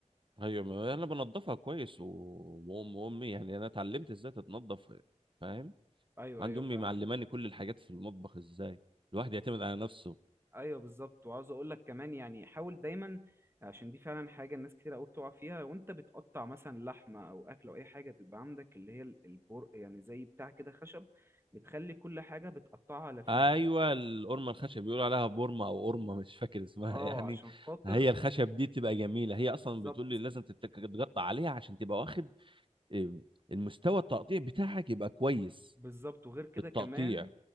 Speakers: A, on the right; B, on the right.
A: ايوه ما انا بنضفها كويس و... وام امي يعني انا اتعلمت ازاي تتنضف فاهم
B: ايوه
A: عندي
B: ايوه
A: امي
B: فاهمك
A: معلماني كل الحاجات في المطبخ ازاي الواحد يعتمد على نفسه
B: ايوه بالظبط وعاوز اقول لك كمان يعني حاول دايما عشان دي فعلا حاجه الناس كتير قوي بتقع فيها وانت بتقطع مثلا لحمه او اكل او اي حاجه تبقى عندك اللي هي ال- البر يعني زي بتاع كده خشب بتخلي كل حاجه بتقطعها على فيها
A: ايوه القرمه الخشب بيقولوا عليها بورمه او قرمه مش فاكر اسمها
B: اه
A: <laughs> يعني
B: عشان خاطر
A: هي الخشب دي تبقى جميله هي اصلا
B: بالظبط
A: بتقول لي لازم تتك- تتقطع عليها عشان تبقى واخد إم، المستوى التقطيع بتاعك يبقى كويس
B: بالظبط وغير كده
A: بالتقطيع
B: كمان